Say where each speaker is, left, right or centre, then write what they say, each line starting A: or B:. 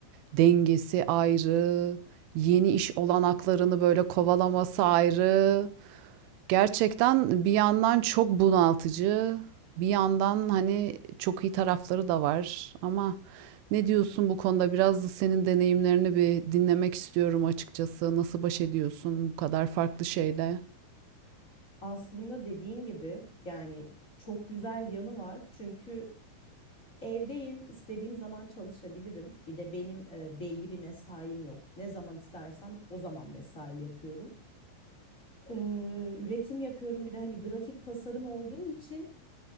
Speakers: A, on the right (about 85°); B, on the left (about 15°).
A: dengesi ayrı, yeni iş olanaklarını böyle kovalaması ayrı. Gerçekten bir yandan çok bunaltıcı, bir yandan hani çok iyi tarafları da var. Ama ne diyorsun bu konuda? Biraz da senin deneyimlerini bir dinlemek istiyorum açıkçası. Nasıl baş ediyorsun bu kadar farklı şeyle?
B: Aslında dediğin gibi yani çok güzel yanı var. Çünkü evdeyim, istediğim zaman çalışabilirim. Bir de benim e, belli bir mesaim yok. Ne zaman istersem o zaman mesai yapıyorum. Ee, üretim yapıyorum. Bir de hani grafik tasarım olduğu için